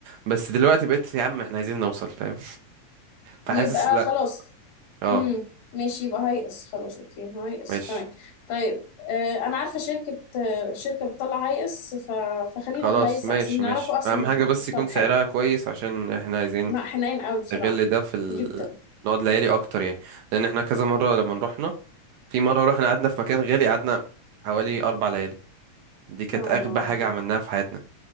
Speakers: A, on the right (about 75°); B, on the left (about 85°).
A: بس دلوقتي بقيت يا عم احنا عايزين نوصل فاهم فحاسس
B: يبقى
A: لا
B: خلاص
A: اه
B: امم ماشي يبقى هاي اس خلاص اوكي هاي اس
A: ماشي
B: تمام طيب آه انا عارفه شركه آه شركه بتطلع هاي اس ف... فخلينا
A: خلاص
B: في الهاي اس
A: ماشي
B: احسن نعرفه
A: ماشي
B: احسن
A: اهم
B: من
A: حاجه
B: ما
A: بس
B: فيهوش
A: يكون
B: طب
A: سعرها
B: حلو
A: كويس عشان احنا عايزين
B: لا حنين قوي بصراحه
A: نغل ده في ال...
B: جدا
A: نقعد ليالي اكتر يعني لان احنا كذا مره لما رحنا في مره رحنا قعدنا في مكان غالي قعدنا حوالي اربع ليالي دي كانت
B: اه
A: اغبى حاجه عملناها في حياتنا